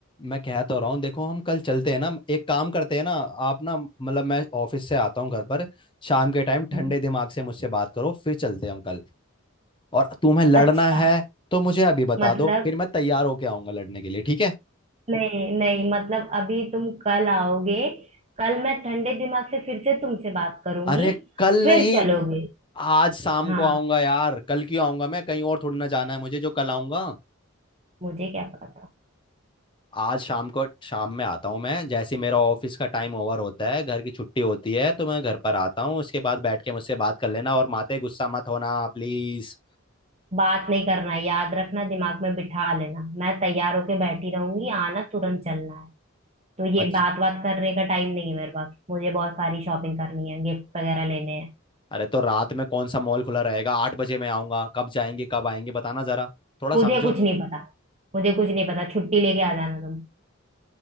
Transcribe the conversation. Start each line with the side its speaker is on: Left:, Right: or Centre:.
Left: मैं कह तो रहा हूँ देखो हम कल चलते हैं ना एक काम करते हैं ना आप ना मतलब मैं ऑफिस से आता हूँ घर पर शाम के टाइम ठंडे
Right: हम्म,
Left: दिमाग से मुझसे बात करो फिर चलते हैं हम कल और तुम्हें लड़ना
Right: अच्छा
Left: है तो मुझे अभी बता
Right: मतलब
Left: दो फिर मैं तैयार होके आऊंगा लड़ने के लिए ठीक है
Right: नहीं नहीं मतलब अभी तुम कल आओगे कल मैं ठंडे दिमाग से फिर से तुमसे बात करूंगी
Left: अरे कल
Right: फिर
Left: नहीं
Right: चलोगे
Left: आज शाम
Right: हाँ
Left: को आऊंगा यार कल क्यों आऊंगा मैं कहीं और थोड़ी ना जाना है मुझे जो कल आऊंगा
Right: मुझे क्या पता
Left: आज शाम को शाम में आता हूँ मैं जैसे ही मेरा ऑफिस का टाइम ओवर होता है घर की छुट्टी होती है तो मैं घर पर आता हूँ उसके बाद बैठ के मुझसे बात कर लेना और माते गुस्सा मत होना प्लीज
Right: बात नहीं करना है, याद रखना दिमाग में बिठा लेना मैं तैयार होके बैठी रहूंगी आना तुरंत चलना है तो ये
Left: अच्छा
Right: बात बात करने का टाइम नहीं है मेरे पास मुझे बहुत सारी शॉपिंग करनी है गिफ्ट वगैरह लेने हैं
Left: अरे तो रात में कौन सा मॉल खुला रहेगा आठ बजे मैं आऊंगा कब जाएंगे कब आएंगे बताना जरा थोड़ा
Right: मुझे
Left: समझो
Right: कुछ नहीं पता मुझे कुछ नहीं पता छुट्टी लेके आ जाना तुम